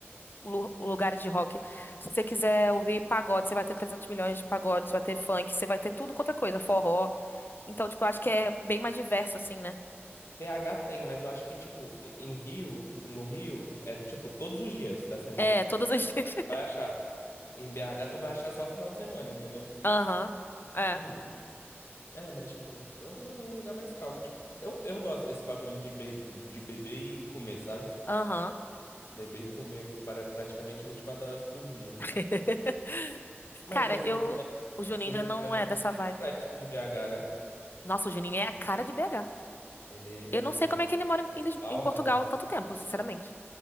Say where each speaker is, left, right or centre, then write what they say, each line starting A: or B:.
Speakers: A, on the left; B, on the left.
A: lu- lugares de rock. Se você quiser ouvir pagode, você vai ter 300 milhões de pagodes, você vai ter funk, você vai ter tudo quanto é coisa, forró. Então, tipo, eu acho que é bem mais diverso, assim, né?
B: BH tem, mas eu acho que, tipo, em Rio, no Rio, é tipo todos os dias da semana.
A: É, todos
B: Você
A: os dias.
B: vai achar. Em BH, tu vai achar só final de semana, entendeu?
A: <laughs> Aham. É.
B: Hum, é, mas, tipo, é uma- um lugar mais calmo. Tipo, eu, eu gosto desse bagulho de, be de beber e comer, sabe?
A: Aham.
B: Beber e comer para praticamente 24 horas por dia.
A: <laughs>
B: Mas
A: Cara,
B: o Juninho,
A: eu. O Juninho
B: o
A: já
B: Juninho
A: não
B: é muito
A: é dessa vibe.
B: reflexo de BH, né?
A: Nossa, o Juninho é a cara de BH.
B: Ele
A: Eu não sei
B: é
A: como é que ele mora em, em Lis-
B: calmo,
A: em Portugal tanto tempo, sinceramente.